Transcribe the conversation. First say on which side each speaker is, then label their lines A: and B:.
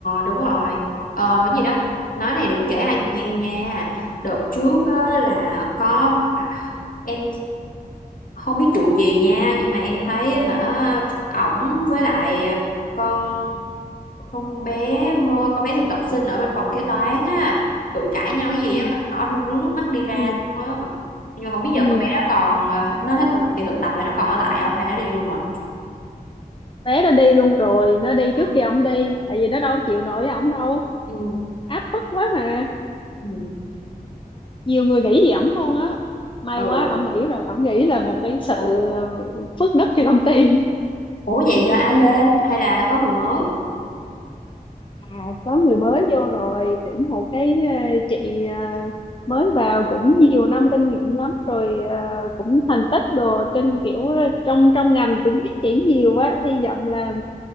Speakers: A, on the left (about 65°); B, on the left (about 35°).
A: đúng rồi ờ cái gì đó nói này đừng kể ai nghe nha đợt trước á, là có à, em không biết vụ gì nha nhưng mà em thấy hả ổng với lại con con bé mơ con bé thực tập sinh ở bên phòng kế toán á cự cãi nhau cái gì
B: ừ
A: á mà nhỏ rưng rưng nước mắt đi ra
B: ừ
A: luôn á nhưng mà không biết giờ
B: ừ
A: con bé đó còn ờ, nó hết thực kỳ thực tập rồi nó còn ở lại không hay nó đi luôn rồi
B: bé nó đi luôn rồi nó đi
A: Ờ.
B: trước khi ông đi tại vì nó đâu chịu nổi ổng đâu
A: ừ
B: áp bức quá mà
A: ừ
B: nhiều người nghĩ gì ổng luôn á may
A: ừ
B: quá ổng nghĩ rồi ổng nghĩ là một cái sự
A: ủa
B: ờ, phước đức cho công ty
A: ủa vậy giờ ai lên hay là có người mới
B: À, có người mới vô rồi tuyển một cái ờ, chị ờ, mới vào cũng nhiều năm kinh nghiệm lắm rồi ờ, cũng thành tích đồ trên kiểu ờ, trong trong ngành cũng biết chỉ nhiều quá hy vọng là